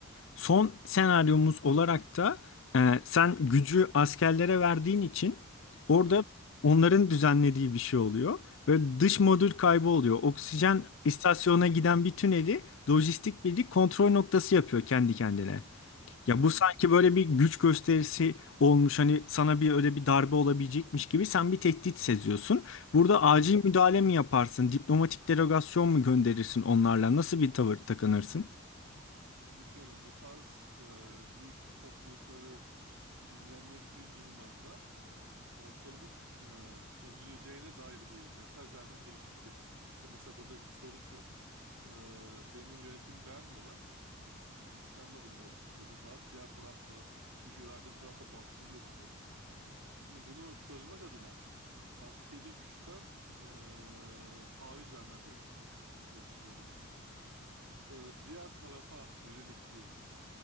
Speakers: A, on the left; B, on the right.
A: Son senaryomuz olarak da e, sen gücü
B: Hmm,
A: askerlere verdiğin için orada
B: evet.
A: onların düzenlediği bir şey oluyor. Ve dış
B: Hmm,
A: modül kaybı oluyor. Oksijen istasyonuna giden bir tüneli lojistik birlik kontrol noktası yapıyor kendi kendine. Ya
B: hmm,
A: bu sanki böyle bir güç gösterisi olmuş. Hani sana bir öyle bir darbe olabilecekmiş gibi sen bir tehdit seziyorsun.
B: <laughs>
A: Burada
B: hı
A: acil
B: hı hı.
A: müdahale mi yaparsın? Diplomatik delegasyon mu gönderirsin onlarla? Nasıl bir tavır takınırsın?
B: Şimdi şöyle bu tarz e, büyük toplulukları ilgilendiren kriz durumlarında ortalığın e, çözüleceğine dair bir mesaj vermem gerekir ki. İşte mesela buradaki sorun şu. E, benim yönetimi beğenmiyorlar. İşte isyanda bulunuyor işte öbür taraf. Diğer tarafta gücü verdiğin tarafta baskılıyor bunları. Şimdi bunu çözmek adına askeri güçten e, taviz vermem gerekir diye düşünüyorum. E, diğer tarafa yönelik bir